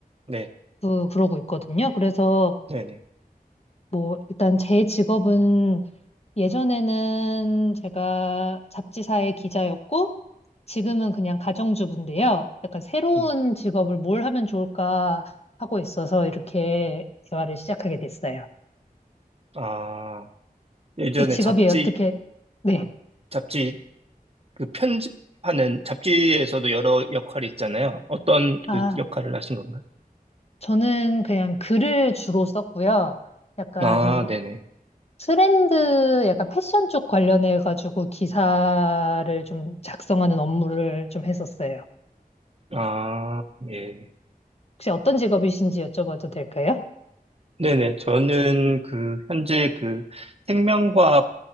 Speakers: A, on the right (about 40°); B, on the left (about 40°).
A: 네,
B: 그 그러고 있거든요. 그래서
A: 네네.
B: 뭐 일단 제 직업은 예전에는 제가 잡지사의 기자였고 지금은 그냥 가정주부인데요. 약간 새로운
A: 네.
B: 직업을 뭘 하면 좋을까 하고 있어서 이렇게 대화를 시작하게 됐어요.
A: 아, 예전에
B: 제 직업이
A: 잡지,
B: 어떻게, 네.
A: 잡지, 그 편집하는, 잡지에서도 여러 역할이 있잖아요. 어떤
B: 아,
A: 그 역할을 하신 건가요?
B: 저는 그냥 글을 주로 썼고요. 약간
A: 아, 네네.
B: 트렌드, 약간 패션 쪽 관련해가지고 기사를 좀 작성하는 업무를 좀 했었어요.
A: 아, 예.
B: 혹시 어떤 직업이신지 여쭤봐도 될까요?
A: 네네. 저는 그, 현재 그 생명과학